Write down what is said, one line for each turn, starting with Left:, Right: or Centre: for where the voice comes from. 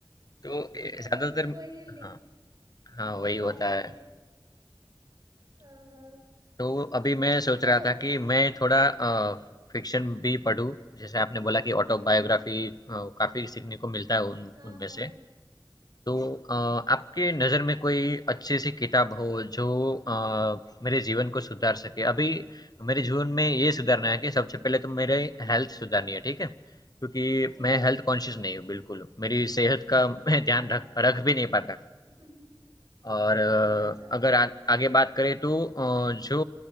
Left: तो ए,
Right: तो
Left: ज्यादातर
Right: वही लिख
Left: हाँ हाँ वही
Right: हाँ
Left: होता
Right: बोलिए
Left: है
Right: हाँ हाँ
Left: तो अभी मैं सोच
Right: तो
Left: रहा था कि मैं थोड़ा फिक्शन भी पढूं जैसे आपने बोला कि ऑटोबायोग्राफी
Right: जी जी
Left: काफी सीखने को मिलता है उन
Right: हाँ
Left: उनमें
Right: हाँ
Left: से तो अ, आपके नज़र में कोई अच्छी सी किताब हो जो अ, मेरे जीवन को सुधार सके अभी मेरे जीवन में ये सुधारना है कि सबसे पहले तो मेरे हेल्थ सुधारनी है ठीक है क्योंकि
Right: जी
Left: मैं
Right: जी
Left: हेल्थ कॉन्शियस नहीं हूँ बिल्कुल मेरी सेहत का मैं
Right: अच्छा
Left: ध्यान रख रख भी नहीं पाता
Right: <laughs>
Left: और अ,
Right: अच्छा
Left: अगर आ, आगे बात करें तो अ, जो